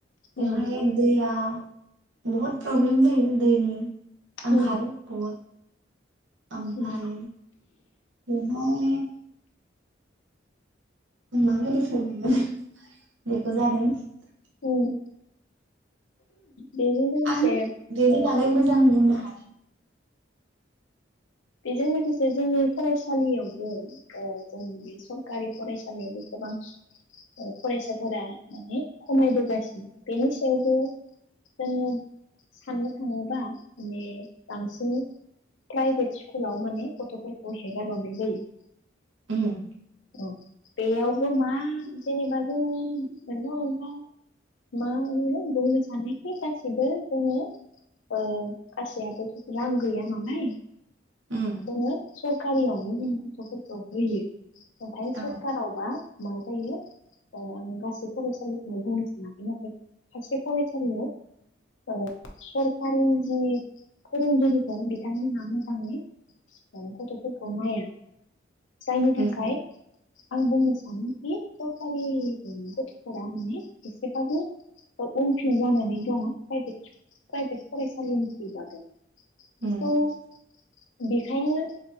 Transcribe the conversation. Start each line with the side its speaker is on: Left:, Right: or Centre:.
Right: बेवहाय
Left: उम
Right: दैया बहुत प्रब्लेम जायो दैनि आंखाल
Left: उम
Right: बहुद। ओमफ्राय
Left: उम।
Right: बेवहाय <unintelligible> जादों
Left: उम। बेजों लोगोसे
Right: आं बेनि बागैमोजां बुंनो हायो
Left: बेजों लोगोसे जोंनि फरायसालियावबो ओ जोंनि बे सरखारि फरायसालियावबो गोबां फरायसाफोरा माने खमायबोगासिनो बेनि सायावबो जोंङो जोंङो साननो थाङोबा माने बांसिन प्राइभेट स्कुलाव माने गथ'फोरखौ हेगार हरनाय जायो।
Right: उम
Left: औ बेयावबो मा जेनेबा जों मोनफा मोनफा मा होनो बुंनो सानोखि गासिबो जोंङोनि ओ गासैयाबो रां गैया। नालाय
Right: उम
Left: जोंङो सर कारियावबो जों गथ'फोरखौ होयो। नाथाय सरखारावबा
Right: औ
Left: मा होयो ओ गासै फरायसालिखौनो बुंनो सानाखै नाथाय खायसे फरायसालियाव ओ सरकारिनि जि फोरोंगिरिफोर बिथांमोना मोजांयै गथ'फोरखौ नायो जायनि थाखाय
Right: उम
Left: आं बुंनो सानो बे सरखारि गथफोरा माने एसेबाबो उनफिन जानानै दङ प्राइभेट फरायसालिनिफ्रायबाबो।
Right: उम उम
Left: थ बेखायनो।